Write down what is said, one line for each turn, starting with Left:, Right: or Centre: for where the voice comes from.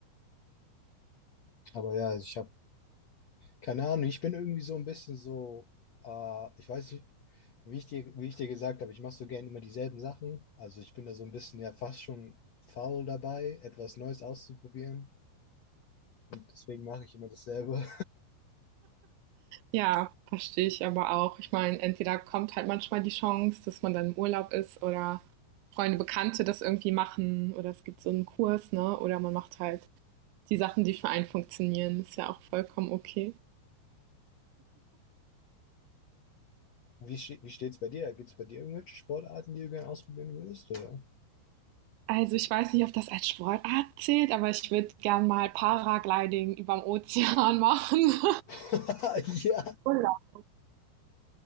Left: Aber ja, ich habe keine Ahnung. Ich bin irgendwie so ein bisschen so. Äh, ich weiß nicht, wie ich dir, wie ich dir gesagt habe. Ich mache so gerne immer dieselben Sachen. Also ich bin da so ein bisschen ja fast schon faul dabei, etwas Neues auszuprobieren. Und deswegen mache ich immer dasselbe.
Right: Ja, verstehe ich aber auch. Ich meine, entweder kommt halt manchmal die Chance, dass man dann im Urlaub ist oder Freunde, Bekannte das irgendwie machen oder es gibt so einen Kurs, ne? Oder man macht halt die Sachen, die für einen funktionieren. Ist ja auch vollkommen okay.
Left: Wie, ste- wie steht's bei dir? Gibt es bei dir irgendwelche Sportarten, die du gerne ausprobieren würdest, oder?
Right: Also ich weiß nicht, ob das als Sportart zählt, aber ich würde gern mal Paragliding überm Ozean machen. <laughs>
Left: <laughs> Ja.
Right: Urlaub.